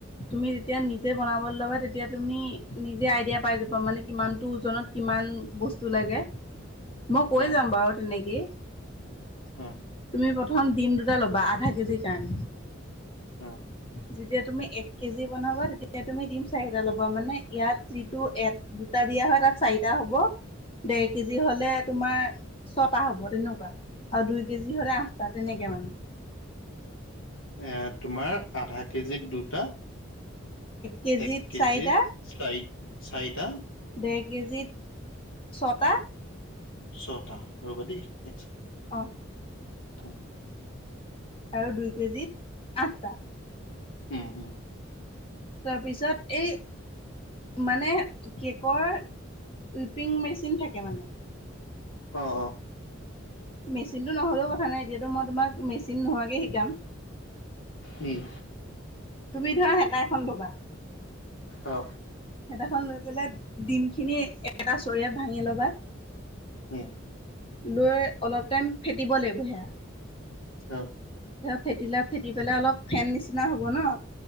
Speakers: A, on the left; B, on the left.
A: তুমি যেতিয়া নিজে বনাবলৈ ল'বা তেতিয়া তুমি নিজে আইডিয়া পাই যাবা মানে কিমানটো ওজনত কিমান। বস্তু লাগে মই কৈ
B: অ
A: যাম বাৰু তেনেকেই
B: অ
A: তুমি প্ৰথম ডিম দুটা ল'বা আধা কেজিৰ কাৰণে
B: উম।
A: যেতিয়া তুমি এক। কেজি বনাবা তেতিয়া তুমি দিম চাৰিটা ল'বা মানে ইয়াত যিটো এট দুটা দিয়া হয় তাত চাৰিটা হব ঢেৰ কেজি হলে তোমাৰ ছটা হ'ব তেনেকুৱা আৰু দুই কেজি হলে আঠটা তেনেকে মানে
B: এ তোমাৰ আধা কেজিত দুটা
A: কেজিত
B: এক কেজিত
A: চাৰিটা
B: চাৰি চাৰিটা
A: ঢেৰ কেজিত ছটা
B: ছটা ৰবা দেই এক ছেকেণ্ড
A: অ
B: অ
A: আৰু দুই কেজিত আঠটা
B: উম উম
A: তাৰপিছত এই মানে কেকৰ উইপিং মেচিন থাকে মানে
B: অ অ
A: মেচিনটো নহ'লেও কথা নাই এতিয়াতো মই তোমাক মেচিন নোহোৱাকে শিকাম
B: উম
A: তুমি ধৰা হেতা এখন লবা
B: অ
A: খন লৈ পেলাই ডিম খিনি এটা চৰিয়াত ভাঙি ল'বা।
B: হম।
A: লৈ অলপ টাইম ফেটিব লাগিব সেয়া।
B: অ
A: ফেটিলা ফেটি পেলাই অলপ ফেন নিচিনা হ'ব ন।